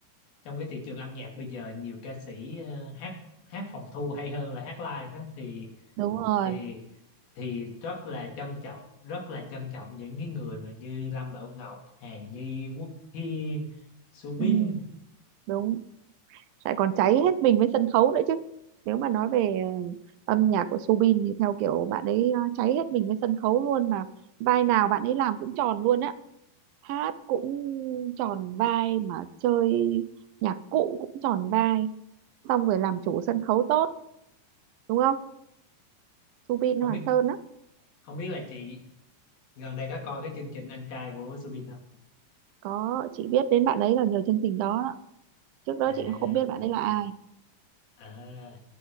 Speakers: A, on the left; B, on the right.
A: trong cái thị trường âm nhạc bây giờ nhiều ca sĩ ờ, hát hát phòng thu hay hơn là hát live đó thì
B: đúng rồi
A: thì thì rất là trân trọng rất là trân trọng những cái người mà như Lâm Bảo Ngọc Hà Nhi Quốc Thiên Subin
B: ừ, đúng lại còn cháy hết mình với sân khấu nữa chứ nếu mà nói về ờ, âm nhạc của Soobin thì theo kiểu bạn ấy ờ, cháy hết mình với sân khấu luôn mà vai nào bạn ấy làm cũng tròn luôn á hát cũng tròn vai mà chơi nhạc cụ cũng tròn vai xong rồi làm chủ sân khấu tốt đúng không Soobin
A: không
B: Hoàng
A: biết
B: Sơn á
A: không biết là chị gần đây có coi cái chương trình anh trai của Subin không
B: có chị biết đến bạn ấy là nhờ chương trình đó, đó. trước đó
A: à
B: chị cũng không biết bạn ấy là ai
A: à